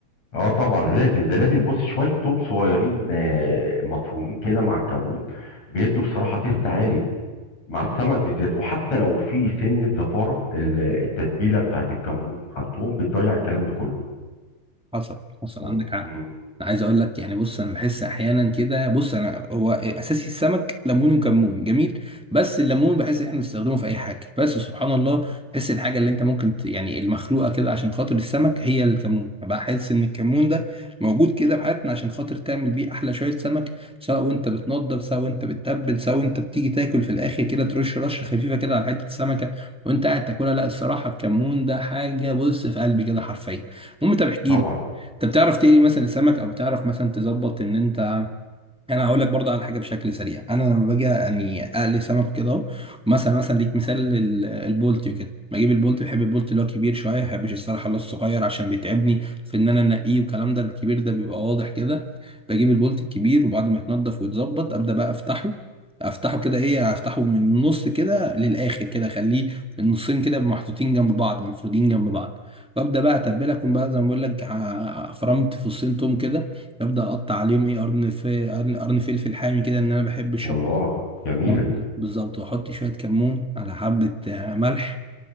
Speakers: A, on the left; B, in the centre.
A: اه طبعا لازم ده لازم بص شويه توم صغيرين آه، مفرومين كده مع الكمون بيدوا بصراحه تيست عالي مع السمك بالذات وحتى لو في سنة زفارة ال- التتبيلة بتاعت الكمون مع الثوم بتضيع الكلام ده كله
B: حصل حصل
A: وح-
B: عندك
A: مم.
B: حق انا عايز اقول لك يعني بص انا بحس احيانا كده بص انا هو اساسي السمك ليمون وكمون جميل بس الليمون بحس ان احنا بنستخدمه في اي حاجه بس سبحان الله بحس الحاجه اللي انت ممكن ت- يعني المخلوقه كده عشان خاطر السمك هي الكمون بقى حاسس ان الكمون ده موجود كده في حياتنا عشان خاطر تعمل بيه احلى شويه سمك سواء وانت بتنضف سواء وانت بتتبل سواء وانت بتيجي تاكل في الاخر كده ترش رشه خفيفه كده على حته السمكه وانت قاعد تاكلها لا الصراحه الكمون ده حاجه بص في قلبي كده حرفيا المهم طب احكي
A: طبعا
B: لي انت بتعرف تقلي مثلا سمك او بتعرف مثلا تظبط ان انت انا هقول لك برضه على حاجه بشكل سريع انا لما باجي يعني اقلي سمك كده اهو مثلا مثلا ليك مثال لل- البولتي وكده بجيب البولتي بحب البولتي اللي هو كبير شويه ما بحبش الصراحه اللي هو الصغير عشان بيتعبني في ان انا انقيه والكلام ده الكبير ده بيبقى واضح كده بجيب البولتي الكبير وبعد ما يتنضف ويتظبط ابدا بقى افتحه افتحه كده ايه افتحه من النص كده للاخر كده اخليه النصين كده محطوطين جنب بعض مفرودين جنب بعض وابدا بقى اتبلها اكون بقى زي ما بقول لك ع- فرمت فصين توم كده ابدا اقطع عليهم ايه قرن في قرن قرن فلفل حامي كده ان انا بحب الشطه
A: الله جميلة
B: والقرن ده بالظبط واحط شويه كمون على حبه آه، ملح